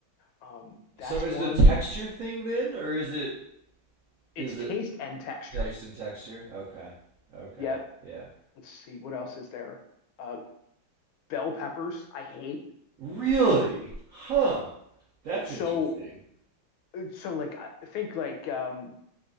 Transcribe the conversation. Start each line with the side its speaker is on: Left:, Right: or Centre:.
Left: Um,
Right: So
Left: that's
Right: is
Left: one.
Right: it a texture thing then, or is it
Left: It's
Right: Is
Left: taste
Right: it
Left: and texture.
Right: taste and texture? Okay. Okay.
Left: Yep.
Right: Yeah.
Left: Let's see what else is there. Uh, bell peppers, I hate.
Right: Really? Huh. That's
Left: So
Right: interesting.
Left: uh, so like I think like um